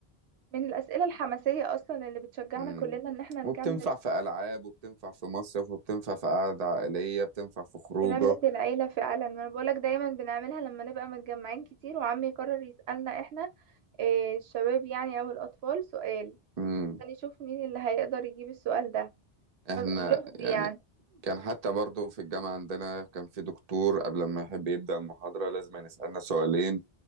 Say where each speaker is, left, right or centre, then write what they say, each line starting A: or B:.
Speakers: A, on the right; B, on the right.
A: من الأسئلة الحماسية اصلا اللي بتشجعنا
B: مم.
A: كلنا ان احنا نكمل
B: وبتنفع في ألعاب وبتنفع في مصيف وبتنفع في قعدة عائلية بتنفع في خروجة
A: بنملة العيلة فعلا ما انا بقولك دايما بنعملها لما نبقى متجمعين كتير وعمي يقرر يسألنا احنا إيه الشباب يعني او الاطفال سؤال
B: مم.
A: عشان يشوف مين اللي هيقدر يجيب السؤال ده
B: احنا
A: طب اللغز
B: يعني
A: يعني
B: كان حتى برضو في الجامعة عندنا كان في دكتور قبل ما يحب يبدأ المحاضرة لازم يسألنا سؤالين